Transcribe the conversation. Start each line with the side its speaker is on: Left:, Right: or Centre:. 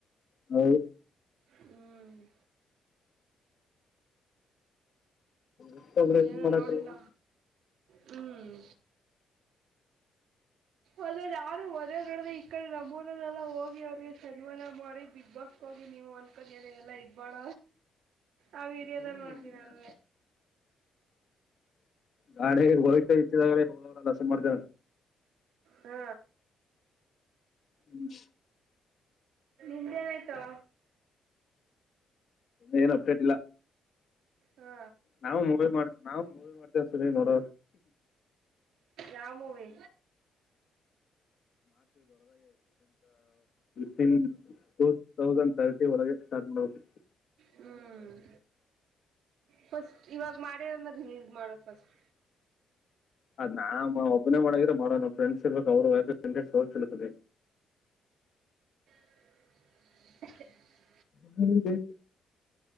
Left: ಹೌದು
Right: ಹ್ಮ್
Left: ಒಬ್ಬೊಬ್ರು ಏನ್
Right: ಏನು
Left: ಮಾಡಕ್
Right: ನೋಡಿಲ್ಲ
Left: ಆಗಲ್ಲ.
Right: ಹ್ಮ್ ಅದ ಯಾರು ಒದ ನಡ ಈ ಕಡೆ ನಮೋನನೆೆಲ್ಲ ಹೋಗಿ ಅವ್ರಿಗೆ ಸನ್ಮಾನ ಮಾಡಿ ಬಿಗ್ ಬಾಸ್ ಹೋಗಿ ನೀವು ಅಂದ್ಕೊಂಡಿಯನೆ ಎಲ್ಲ ಇಬಾಡ ಆ ವೀಡಿಯೋದಲ್ಲಿ
Left: ಹ್ಮ್
Right: ನೋಡ್ತೀನ ನಾನೇ
Left: ಗಾಡಿ ಹೋಯ್ತಾ ಇಚ್ಚಿದಾಗ್ರೆ ಹವರೆಲ್ಲ ಸಮರ್
Right: ಹಾ
Left: ಹ್ಮ್
Right: ನಿಂದು ಏನ ಆಯ್ತಾ
Left: ಏನ್ ಅಪ್ಡೇಟ್ ಇಲ್ಲ
Right: ಹಾ
Left: ನಾವು ಮೂವಿ ಮಾಡ ನಾವು ಮೂವಿ ಮಾಡವಿ ಸರಿ ನೋಡ
Right: ಯಾವ ಮೂವಿ
Left: ವಿನ್ ಟ ತೌಸಂಡ್ ತರ್ಟಿ ವರೆಗೆ ಸ್ಟಾರ್ಟ್ ಮಾಡು
Right: ಹ್ಮ್ ಫಸ್ಟ್ ಇವಾಗ ಮಾಡ್ಯಾರನ್ನ ರಿಲೀಸ್ ಮಾಡ ಫಸ್ಟ್
Left: ಅದ ನಾ ಒಬ್ಬನೇ ಮಾಡಿದ್ರ ಮಾರೋ ನ ಫ್ರೆಂಡ್ಸ್ರ್ಬೇಕಕ್ ಅವರುಯ್ ಇಂಟ ಹೋ ಕೆಲಸದ
Right: ಹ
Left: ಹ್ಮ್ <unintelligible>